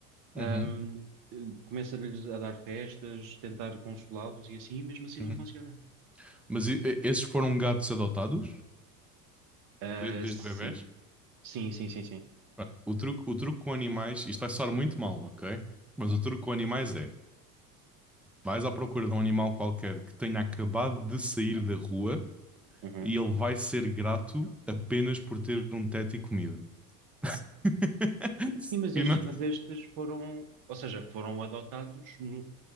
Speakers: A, in the centre; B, on the right (about 45°).
A: uhum,
B: hum, eh, começa-lhes a dar festas, tentar consolá-los e assim, e mesmo assim
A: uhum.
B: não funciona.
A: Mas e- e- esses foram gatos adotados
B: Ah,
A: de- desde
B: sim,
A: bebés?
B: sim, sim, sim, sim.
A: Bem, O truque, o truque com animais, isto vai soar muito mal, ok? Mas o truque com animais é: vais à procura de um animal qualquer que tenha acabado de sair da rua
B: Uhum.
A: e ele vai ser grato apenas por ter um teto e comida. <laughs>
B: Sim, mas estes,
A: E não-
B: mas estes foram, ou seja, foram adotados no-